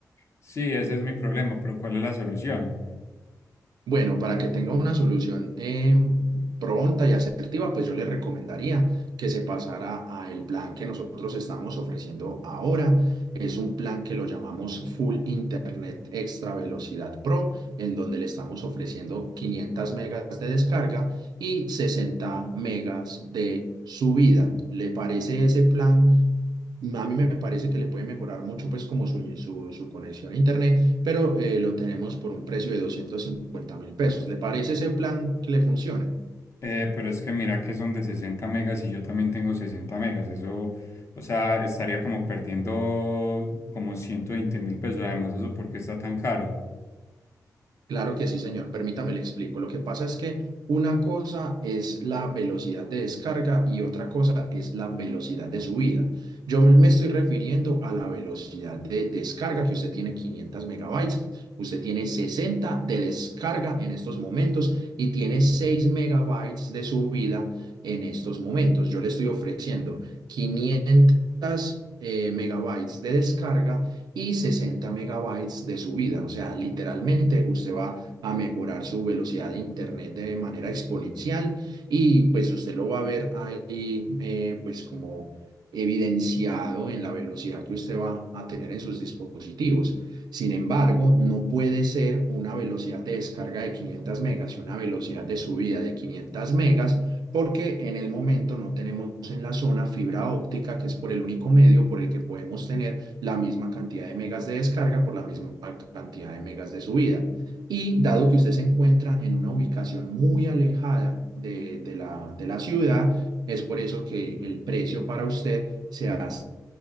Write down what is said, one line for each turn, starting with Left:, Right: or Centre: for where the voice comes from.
Left: Sí, ese es mi problema, pero ¿cuál es la solución?
Right: Bueno, para que tenga una solución eh, pronta y asertiva, pues yo le recomendaría que se pasara a el plan que nosotros estamos ofreciendo ahora. Es un plan que lo llamamos Full Internet Extra Velocidad Pro, en donde le estamos ofreciendo 500 megas de descarga y 60 megas de subida. ¿Le parece ese plan a mí me parece que le puede mejorar mucho pues como su, su, su conexión a internet, pero eh, lo tenemos por un precio de 250 mil pesos. ¿Le parece ese plan que le funcione?
Left: Eh, pero es que mira que son de 60 megas y yo también tengo 60 megas. Eso, o sea, estaría como perdiendo como ciento veinte mil pesos. Además, eso porque está tan caro.
Right: Claro que sí, señor. Permítame, le explico. Lo que pasa es que una cosa es la velocidad de descarga y otra cosa es la velocidad de subida. Yo me estoy refiriendo a la velocidad de descarga, que usted tiene 500 megabytes, usted tiene 60 de descarga en estos momentos y tiene 6 megabytes de subida en estos momentos. Yo le estoy ofreciendo 500 eh, megabytes de descarga y 60 megabytes de subida. O sea, literalmente usted va a mejorar su velocidad de internet de manera exponencial y pues usted lo va a ver ahí eh, pues como evidenciado en la velocidad que usted va a tener en sus dispositivos. Sin embargo, no puede ser una velocidad de descarga de 500 megas y una velocidad de subida de 500 megas porque en el momento no tenemos en la zona fibra óptica, que es por el único medio por el que podemos tener la misma cantidad de megas de descarga por la misma cantidad de megas de subida. Y dado que usted se encuentra en una ubicación muy alejada de, de la, de la ciudad, es por eso que el precio para usted se hace